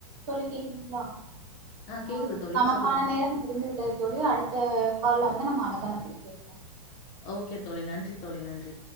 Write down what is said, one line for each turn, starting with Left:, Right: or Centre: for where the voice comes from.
Right: தோழி கேக்குதுங்களா ஆ
Left: கேக்குது தோழி.
Right: நமக்கான
Left: சொல்லுங்க.
Right: நேரம் முடிந்து விட்டது தோழி அடுத்த கால்ல வந்து நம்ம அன்னதானப்பத்தி பேசு
Left: ஓகே தோழி நன்றி தோழி நன்றி